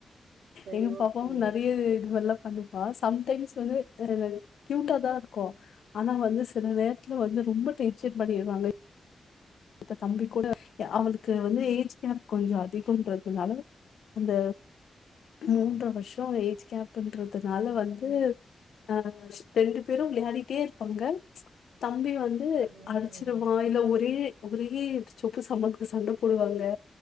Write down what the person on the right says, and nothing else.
சரி
ஓகே
அது வந்து
ஒரு